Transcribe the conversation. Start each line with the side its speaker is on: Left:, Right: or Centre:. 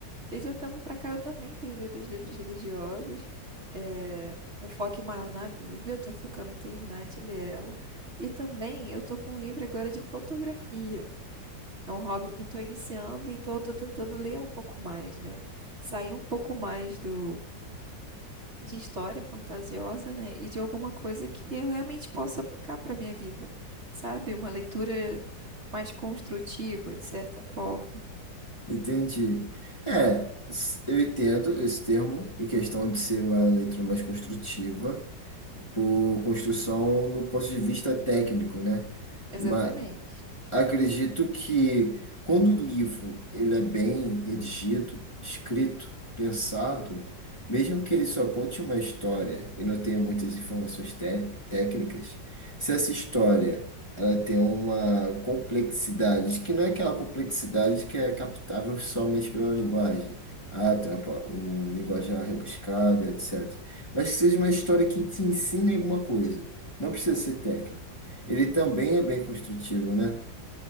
Right: E de um tempo para cá eu também tenho lido os livros religiosos, eh, um foco maior na Bíblia, estou focando em terminar de ler ela. E também eu estou com um livro agora de fotografia. É um hobby que estou iniciando, então eu estou tentando ler um pouco mais, né? Sair um pouco mais do de história fantasiosa, né? E de alguma coisa que eu realmente possa aplicar para minha vida, sabe? Uma leitura mais construtiva, de certa forma.
Left: Entendi. É, s- eu entendo esse termo em questão de ser uma leitura mais construtiva, por construção no ponto de vista técnico, né?
Right: Exatamente.
Left: Ma- Acredito que quando o livro ele é bem redigido, escrito, pensado, mesmo que ele só conte uma história e não tenha muitas informações té- técnicas, se essa história ela tem uma complexidade, que não é aquela complexidade que é captável somente pela linguagem. Ah, tem uma, pa- um linguajar rebuscado, etc. Mas que seja uma história que te ensine alguma coisa. Não precisa ser técnico. Ele também é bem construtivo, né?